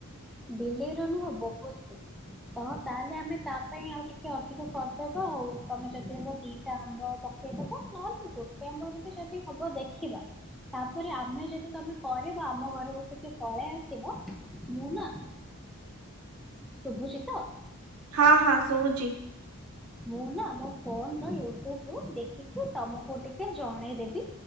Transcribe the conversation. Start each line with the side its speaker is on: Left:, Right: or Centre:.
Centre: ବିଲେଇର ନୁହଁ ବହୁତ କୋ ତ ତାହେଲେ ଆମେ ତା ପାଇଁ ଆଉ ଟିକେ ଅଧିକ କରିଦବା ଆଉ ତମେ ଯଦି ହବ ଦିଟା ଆମ୍ବ ପ କେଇଦବ ନହେଲେ ଗୋଟେ ଆମ୍ବରେ ବି ଯଦି ହବ ଦେଖିବା। ତାପରେ ଆମେ ଯଦି ତମେ କରିବ ଆମ ଘରକୁ ଟିକେ ପଳେଇ ଆସିବ ମୁଁ ନା ଶୁଭୁଛି ତ
Right: ହଁ ହଁ ଶୁଭୁଛି।
Centre: ମୁଁ ନା ମୋ ଫୋନର ୟୁଟ୍ୟୁବରୁ ଦେଖିକି ତମକୁ ଟିକେ ଜଣେଇଦେବି